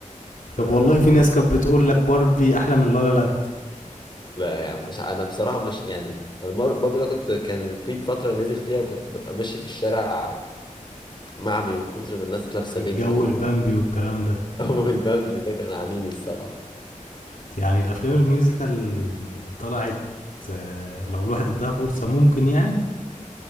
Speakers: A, on the left; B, on the left.
A: طب
B: آه،
A: والله في ناس كانت بتقول لك باربي احلى من لا لا لاند
B: لا يا عم مش انا بصراحه مش يعني انا مر- برضه ده كنت كان في فتره نزل فيها كنت ببقى ماشي في الشارع معمي من كتر ما الناس لابسه
A: الجو
B: بينك والباو
A: البامبي والكلام ده
B: والبامبي ده كان عامين الصراحه
A: يعني الافلام الميوزيكال طلعت آه، لو الواحد اداها فرصه ممكن يعني